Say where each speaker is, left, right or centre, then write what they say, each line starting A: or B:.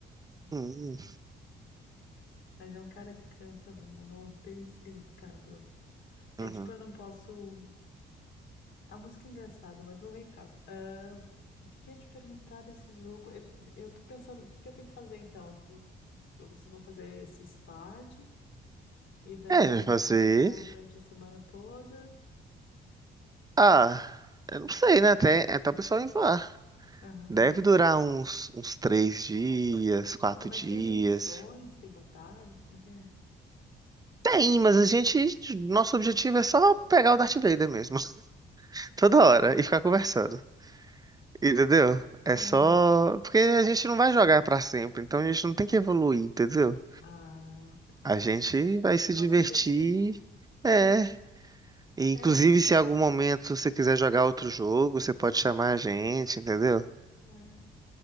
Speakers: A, on the right; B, on the left.
A: Hum,
B: Mas é um cara que canta, não, não tem significado outro. É
A: uhum.
B: tipo, eu não posso. A música é engraçada, mas não vem em casa. Ah, o que que eu ia te perguntar desse jogo? Eu, eu tô pensando, o que que eu tenho que fazer então? Tu, tu- vocês vão fazer esse squad? E daí
A: É, fazer.
B: vão jogar durante a semana toda.
A: Ah, eu não sei, né? Até, é, até o pessoal enjoar.
B: Aham.
A: Deve durar uns, uns três dias, quatro
B: E como
A: dias.
B: é que tem? Tem missões, tem batalhas? Como é que é?
A: Tem, mas a gente. Nosso objetivo é só pegar o Darth Vader mesmo. toda hora e ficar conversando. Entendeu? É
B: Aham.
A: só. Porque a gente não vai jogar pra sempre, então a gente não tem que evoluir, entendeu?
B: Ah, tá.
A: A gente vai se
B: Só
A: divertir.
B: se divertir. Ah,
A: É. E,
B: é
A: inclusive,
B: uma, né?
A: se em algum momento você quiser jogar outro jogo, você pode chamar a gente, entendeu?
B: É,